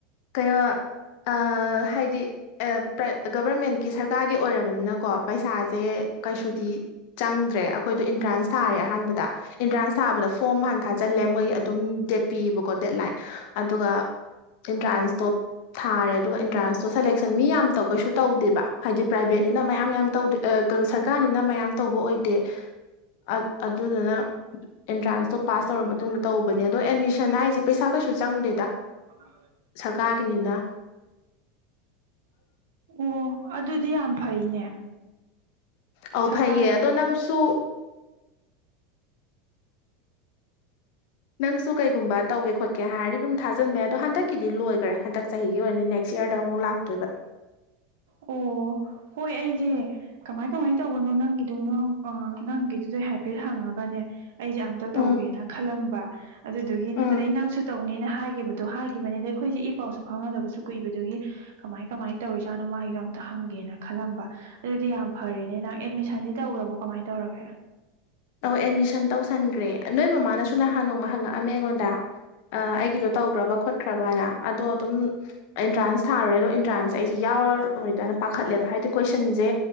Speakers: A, on the left; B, on the right.
A: ꯀꯩꯅꯣ ꯑꯥ ꯍꯥꯏꯗꯤ ꯑꯥ ꯄ꯭ꯔꯥꯏ ꯒꯕꯔꯃꯦꯟꯀꯤ ꯁꯔꯀꯥꯔꯒꯤ ꯑꯣꯏꯔꯕꯅꯤꯅꯀꯣ ꯄꯩꯁꯥꯖꯦ ꯀꯩꯁꯨꯗꯤ ꯆꯪꯗ꯭ꯔꯦ ꯑꯩꯈꯣꯏꯗꯣ ꯏꯟꯇ꯭ꯔꯥꯟꯁ ꯊꯥꯔꯦ ꯑꯍꯥꯟꯕꯗ ꯏꯟꯇ꯭ꯔꯥꯟꯁ ꯊꯥꯕꯗ ꯐꯣꯔꯝ ꯍꯥꯟꯅ ꯊꯥꯖꯤꯜꯂꯦ ꯃꯣꯏ ꯑꯗꯨꯝ ꯗꯦꯠ ꯄꯤꯌꯦꯕꯀꯣ ꯗꯦꯠ ꯂꯥꯏꯟ ꯑꯗꯨꯒ ꯏꯟꯇ꯭ꯔꯥꯟꯁꯇꯣꯞ ꯊꯥꯔꯦ ꯑꯗꯨꯒ ꯏꯟꯇ꯭ꯔꯥꯟꯁꯇꯣ ꯁꯦꯂꯦꯛꯁꯟ ꯃꯤ ꯌꯥꯝ ꯇꯧ ꯀꯩꯁꯨ ꯇꯧꯗꯦꯕ ꯍꯥꯏꯗꯤ ꯄ꯭ꯔꯥꯏꯚꯦꯠꯅꯤꯅ ꯃꯌꯥꯝ ꯃꯌꯥꯝ ꯇꯧꯗꯦ ꯑꯥ ꯀꯩꯅꯣ ꯁꯔꯀꯥꯔꯅꯤꯅ ꯃꯌꯥꯝ ꯇꯧꯕ ꯑꯣꯏꯗꯦ ꯑꯠ ꯑꯗꯨꯗꯨꯅ ꯏꯟꯇ꯭ꯔꯥꯟꯁꯇꯣ ꯄꯥꯁ ꯇꯧꯔ ꯃꯇꯨꯡꯗ ꯇꯧꯕꯅꯦ ꯑꯗꯣ ꯑꯦꯗꯃꯤꯁꯟ ꯍꯥꯏꯖꯦ ꯄꯩꯁꯥ ꯀꯩꯁꯨ ꯆꯪꯗꯦꯗ
B: <inaudible>
A: ꯁꯔꯀꯥꯔꯒꯤꯅꯤꯅ
B: ꯑꯣ ꯑꯗꯨꯗꯤ ꯌꯥꯝ ꯐꯩꯅꯦ
A: ꯑꯧ
B: ꯁꯔꯀꯥꯔꯒꯤ
A: ꯐꯩꯌꯦ ꯑꯗꯣ ꯅꯪꯁꯨ ꯅꯪꯁꯨ ꯀꯩꯒꯨꯝꯕ ꯇꯧꯒꯦ ꯈꯣꯠꯀꯦ ꯍꯥꯏꯔꯗꯤ ꯑꯗꯨꯝ ꯊꯥꯖꯟꯕ ꯌꯥ ꯑꯗꯣ ꯍꯟꯗꯛꯀꯤꯗꯤ ꯂꯣꯏꯒ꯭ꯔꯦ ꯍꯟꯗꯛ ꯆꯍꯤꯒꯤ ꯑꯣꯏꯅꯗꯤ ꯅꯦꯛꯁ ꯌꯔꯗ ꯑꯃꯨꯛ ꯂꯥꯛ ꯇꯣꯏꯕ
B: ꯑꯣ ꯍꯣꯏ ꯑꯩꯖꯦ ꯀꯃꯥꯏ ꯀꯃꯥꯏ ꯇꯧꯕꯅꯣ ꯅꯪꯒꯤꯗꯨ ꯅꯣ ꯑꯥ ꯅꯪꯒꯤꯗꯨꯗꯩ ꯍꯥꯏꯐꯦꯠ ꯍꯪꯉꯒꯅꯦ ꯑꯩꯖꯦ ꯑꯝꯇꯥ ꯇꯧꯒꯦꯅ
A: ꯎꯝ
B: ꯈꯜꯂꯝꯕ ꯑꯗꯨꯗꯨꯒꯤ
A: ꯎꯝ
B: ꯑꯗꯩ ꯅꯪꯁꯨ ꯇꯧꯅꯦꯅ ꯍꯥꯏꯒꯤꯕꯗꯣ ꯍꯥꯏꯒꯤꯕꯅꯤ ꯑꯗꯩ ꯑꯩꯈꯣꯏꯖꯦ ꯏ ꯄꯥꯎꯁꯨ ꯐꯥꯎꯅꯗꯕꯁꯨ ꯀꯨꯏꯕꯗꯨꯒꯤ ꯀꯃꯥꯏ ꯀꯃꯥꯏ ꯇꯧꯔꯤꯖꯥꯠꯅꯣ ꯃꯥꯒꯤꯗꯣ ꯑꯝꯇꯥ ꯍꯪꯒꯦꯅ ꯈꯜꯂꯝꯕ ꯑꯗꯨꯗꯤ ꯌꯥꯝ ꯐꯔꯦꯅꯦ ꯅꯪ ꯑꯦꯗꯃꯤꯁꯟꯗꯤ ꯇꯧꯒ꯭ꯔꯥꯕꯣ ꯀꯃꯥꯏ ꯇꯧꯔꯒꯦ
A: ꯑꯣ ꯑꯦꯗꯃꯤꯁꯟ ꯇꯧꯁꯟꯒ꯭ꯔꯦ ꯅꯣꯏ ꯃꯃꯥꯅꯁꯨ ꯅꯍꯥꯟ ꯅꯣꯡꯃ ꯍꯪꯉꯛꯑꯝꯃꯦ ꯑꯩꯉꯣꯟꯗ ꯑꯥ ꯑꯩ ꯒꯤꯗꯣ ꯇꯧꯒ꯭ꯔꯥꯕ ꯈꯣꯠꯈ꯭ꯔꯥꯕꯅ ꯑꯗꯣ ꯑꯗꯨꯝ ꯑꯦꯟꯇ꯭ꯔꯥꯟꯁ ꯊꯥꯔꯨꯔꯦ ꯑꯗꯨꯒ ꯑꯦꯟ꯭ꯔꯥꯟꯁꯁꯦ ꯑꯩꯖꯦ ꯌꯥꯎꯔ ꯔꯣꯏꯗ꯭ꯔꯥꯅ ꯄꯥꯈꯠꯂꯦꯕ ꯍꯥꯏꯗꯤ ꯀꯣꯏꯁꯟꯖꯦ